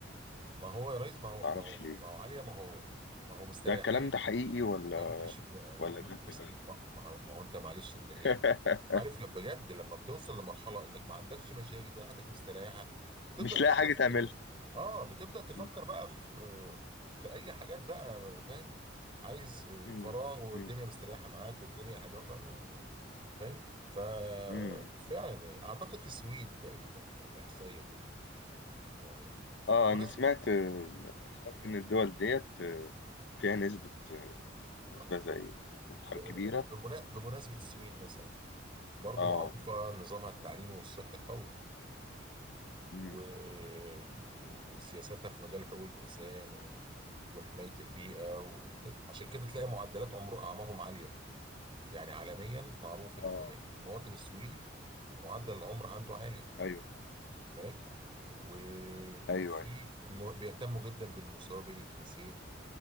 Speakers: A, on the right; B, on the left.
A: ما هو يا ريس ما هو
B: ما
A: ما
B: اعرفش
A: هو
B: ليه
A: ما هو عليا ما هو ما هو مستريحين
B: ده الكلام ده حقيقي ولا
A: ما بي- مش م-
B: ولا
A: م-
B: ده
A: مس-
B: كلام؟
A: ما ما هو ما هو انت معلش انت ايه
B: <laughs>
A: عارف لما بجد لما بتوصل لمرحله انك ما عندكش مشاكل ده حياتك مستريحه بتبدا
B: مش
A: تفكر
B: لاقي حاجة
A: في
B: تعملها
A: حاجات اه بتبدا تفكر
B: م-
A: بقى في في اي حاجات بقى فاهم عايز
B: م-
A: فراغ والدنيا
B: م-
A: مستريحه معاك والدنيا حلوه فاهم فاهم ففعلا
B: م.
A: اعتقد في السويد تقريبا الاحصائيه دي يعني
B: اه
A: بمناسبه
B: انا سمعت سمعت ان الدول ديت فيها نسبة نسبة
A: آه،
B: زي نسبة انتحار
A: ب- ب-
B: كبيرة
A: بمنا- بمناسبه السويد مثلا برضو
B: اه
A: معروفه نظامها التعليمي والصحي قوي
B: م.
A: و... و- وسياساتها في مجال حقوق الإنسان و... وحماية البيئة وكده. عشان كده تلاقي معدلات عمر... أعمارهم عالية يعني عالميا معروف إن
B: اه
A: المواطن السويدي معدل العمر عنده عالي
B: ايوه
A: بالك وفي
B: ايوه ايوه
A: م... بيهتموا جدا بالمساواة بين الجنسين